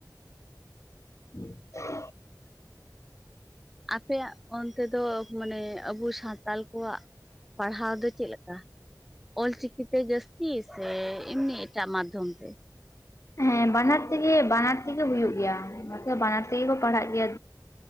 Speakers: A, on the left; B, in the centre.
A: <inaudible>
B: ᱟᱯᱮᱭᱟᱜ ᱚᱱᱛᱮ ᱫᱚ ᱢᱟᱱᱮ ᱟᱵᱚ ᱥᱟᱱᱛᱟᱞ ᱠᱚᱣᱟᱜ ᱯᱟᱲᱦᱟᱣ ᱫᱚ ᱪᱮᱫ ᱞᱮᱠᱟ? ᱚᱞ ᱪᱤᱠᱤ ᱛᱮ ᱡᱟᱹᱥᱛᱤ ᱥᱮ ᱮᱢᱱᱤ ᱮᱴᱟᱜ ᱢᱟᱫᱽᱫᱷᱚᱢ ᱛᱮ
A: ᱦᱮᱸ ᱵᱟᱱᱟᱨ ᱛᱮᱜᱮ ᱵᱟᱱᱟᱨ ᱛᱮᱜᱮ ᱦᱩᱭᱩᱜ ᱜᱮᱭᱟ ᱱᱚᱛᱮ ᱵᱟᱱᱟᱨ ᱛᱮᱜᱮ ᱠᱚ ᱯᱟᱲᱦᱟᱜ ᱜᱮᱭᱟ